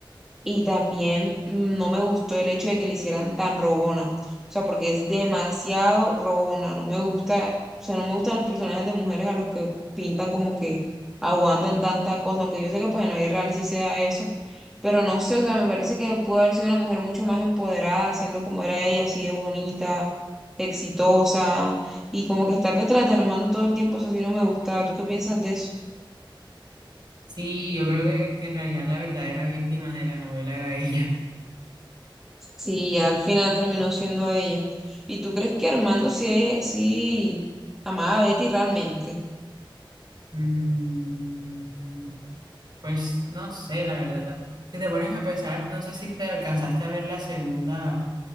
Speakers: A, in the centre; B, on the right.
A: y también mm, no me gustó el hecho de que le hicieran tan rogona. O sea, porque es demasiado rogona. No me gusta, o sea, no me gustan los personajes de mujeres a los que pintan como que aguantan tanta cosa, aunque yo sé que pues en la vida real sí se da eso, pero no sé, o sea, me parece que pudo haber sido una mujer mucho más empoderada, siendo como era ella, así de bonita, exitosa, y como que estar detrás de Armando todo el tiempo, eso sí no me gusta. ¿Tú qué piensas de eso?
B: Sí, yo creo que, que en realidad la verdadera víctima de la novela era ella. <laughs>
A: Sí, al final terminó siendo ella. ¿Y tú crees que Armando sí, sí amaba a Betty realmente?
B: Mm, pues no sé, la verdad. Si te pones a pensar, no sé si te alcanzaste a ver la segunda.